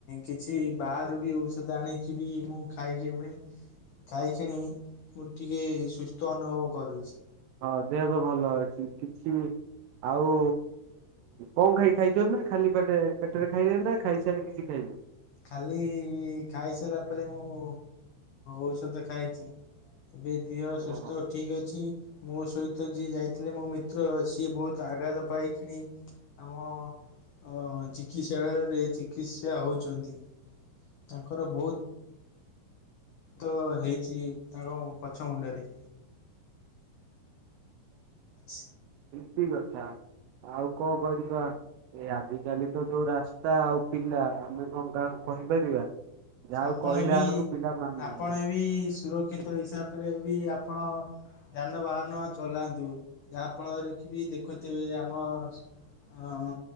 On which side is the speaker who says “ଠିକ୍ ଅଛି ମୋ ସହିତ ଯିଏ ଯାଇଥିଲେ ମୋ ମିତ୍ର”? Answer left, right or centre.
Left